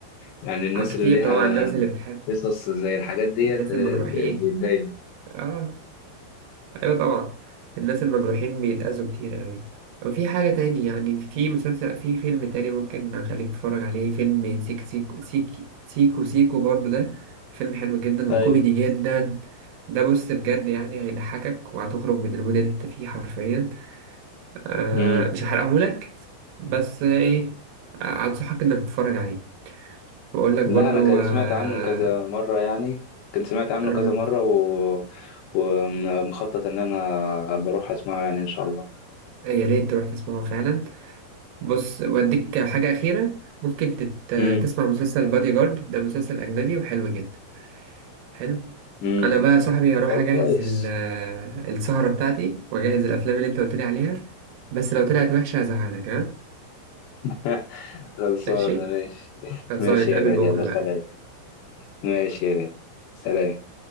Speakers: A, on the left; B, on the right.
A: يعني الناس
B: اه كتير
A: اللي ليها
B: طبعا الناس اللي بتحب
A: قصص زي الحاجات ديت
B: الناس
A: آه،
B: المجروحين
A: ب- بتضايق
B: اه ايوه طبعا الناس المجروحين بيتأذوا كتير قوي وفي حاجة تاني يعني في مسلسل في فيلم تاني ممكن اخليك تتفرج عليه فيلم سيك سيكو سيك سيكو سيكو برضو ده فيلم حلو جدا
A: ايوه
B: وكوميدي جدا ده بص بجد يعني هيضحكك وهتخرج من المود اللي انت فيه حرفيا آه
A: امم
B: مش هحرقهولك بس ايه آه، انصحك انك تتفرج عليه واقول لك
A: لا
B: برضو
A: انا كان
B: آه
A: سمعت عنه كذا مره يعني كنت سمعت عنه
B: آه،
A: كذا مره و... ومخطط ان انا بروح اسمعه يعني ان شاء الله
B: يا ريت تروح تسمعه فعلا بص وأديك حاجة أخيرة ممكن تت...
A: امم
B: تسمع مسلسل بادي جارد ده مسلسل أجنبي وحلو جدا حلو
A: امم
B: أنا بقى يا صاحبي هروح
A: طب
B: أجهز
A: كويس
B: ال... السهرة بتاعتي وأجهز الأفلام اللي أنت قلت لي عليها بس لو طلعت وحشة هزعلك ها
A: <laughs> خلصانه
B: ماشي؟
A: ماشي
B: هتظبط
A: ماشي
B: نتقابل
A: يا غالي
B: بكرة
A: يلا سلام
B: بقى
A: ماشي يا غالي سلام